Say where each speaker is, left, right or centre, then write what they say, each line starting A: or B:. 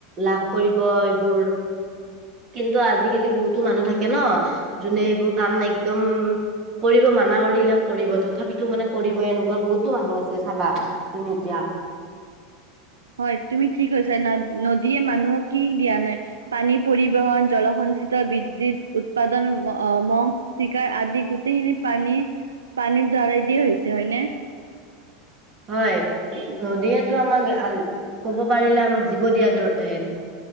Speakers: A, on the right (about 40°); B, on the right (about 85°).
A: লাভ কৰিব এইবোৰ কিন্তু আজিকালি বহুতো মানুহ থাকে ন যোনে এইবোৰ কাম একদম কৰিব মানা কৰি দিলেও কৰিব তথাপিতো মানে কৰিব এনেকুৱা বহুতো মানুহ আছে চাবা, তুমি এতিয়া
B: হয় তুমি। ঠিক হৈছে ন নদীয়ে মানুহক কি দিয়া নাই পানী পৰিবহন জলসঞ্চিত বিদ্য়ুৎ উৎপাদন মগ চিকাৰ আদি গোটেইখিনি পানী পানীৰ দ্বাৰাই দিয়ে হৈছে হয়নে,
A: হয় নদীয়েতো আমাক কব পাৰিলে আমাক জীৱ দিয়া দ এ